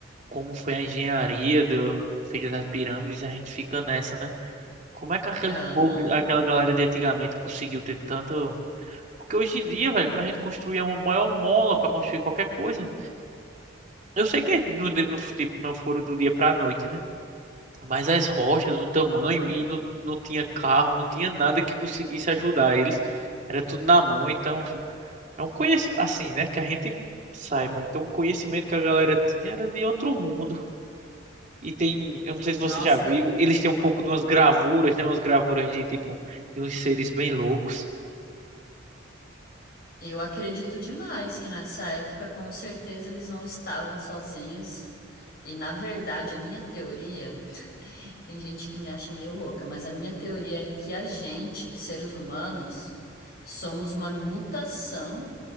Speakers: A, on the right; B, on the left.
A: como foi a engenharia do feita das pirâmides, a gente fica nessa, né? Como é que aquele
B: Aham,
A: povo, aquela galera de antigamente conseguiu ter tanto? Porque hoje em dia, velho, pra gente construir é uma maior mola pra construir qualquer coisa. Eu sei que no, no, tipo, não foram do dia pra noite, né? Mas as rochas, o tamanho, e não, não tinha carro, não tinha nada que conseguisse ajudar eles. Era tudo na mão, então é um conhecimento assim, né? Que a gente saiba. Então o conhecimento que a galera tinha era de outro mundo. E tem, eu não sei se
B: Nossa.
A: você já viu, eles têm um pouco de umas gravuras, né? Umas gravuras de tipo, de uns seres bem loucos.
B: Eu acredito demais que nessa época, com certeza, eles não estavam sozinhos. E na verdade, a minha teoria, tem gente que me acha meio louca, mas a minha teoria é que a gente, seres humanos, somos uma mutação